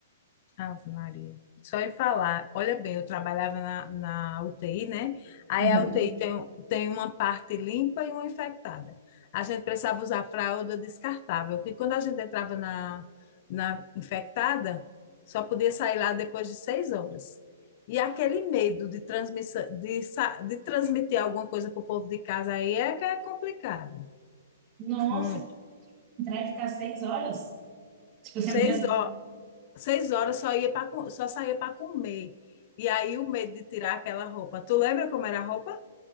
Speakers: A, on the left; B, on the right.
A: Ave Maria. Só em falar, olha bem, eu trabalhava na, na UTI, né? Aí
B: Uhum.
A: a UTI tem, tem uma parte limpa e uma infectada. A gente precisava usar fralda descartável, porque quando a gente entrava na, na infectada, só podia sair lá depois de seis horas. E aquele medo de, transmissão, de, sa- de transmitir alguma coisa para o povo de casa aí é que é complicado.
B: Nossa,
A: Muito.
B: entrar e ficar seis horas? Tipo, eu sempre
A: Seis
B: já
A: horas. Seis horas só ia para só saía para comer. E aí o medo de tirar aquela roupa. Tu lembra como era a roupa?